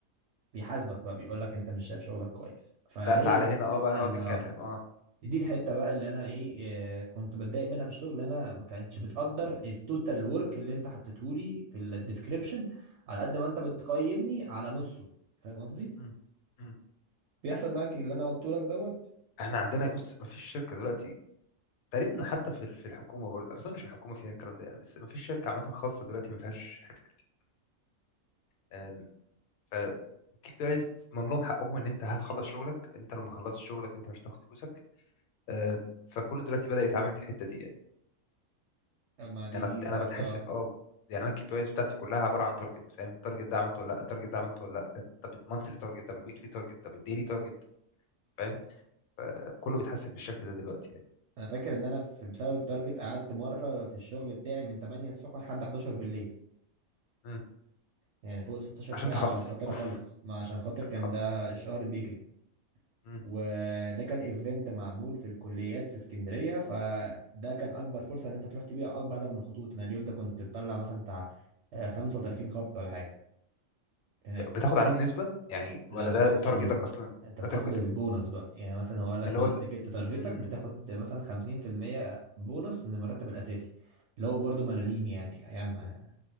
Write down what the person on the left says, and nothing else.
لا تعالى
هنا
اه بقى نقعد
نتكلم اه
امم امم
احنا عندنا بص ما فيش شركه دلوقتي تقريبا حتى في ال- في الحكومه برضه لا، بس انا مش الحكومه فيها الكلام ده يعني بس ما فيش شركه عامه خاصه دلوقتي ما فيهاش حته الك- آم، ف كيب بيز بتضمن لهم حقهم ان انت هتخلص شغلك انت لو ما خلصت شغلك انت مش هتاخد فلوسك آه، فكله دلوقتي بدأ يتعامل بالحته دي يعني.
انا انا
بتحسب
اه يعني انا الكي بي ايز بتاعتي كلها عباره عن تارجت فاهم التارجت ده عملته ولا لا التارجت ده عملته ولا لا طب المانثلي تارجت طب الويكلي تارجت طب الديلي تارجت فاهم كله بيتحسب بالشكل ده دلوقتي يعني.
مم.
عشان
تخلص
اوف
عشان
تخلص
مم.
بتاخد عليهم نسبه يعني
ولا
ده
تارجتك
اصلا
ده تارجتك
ده اللي
هو
ال...
مم.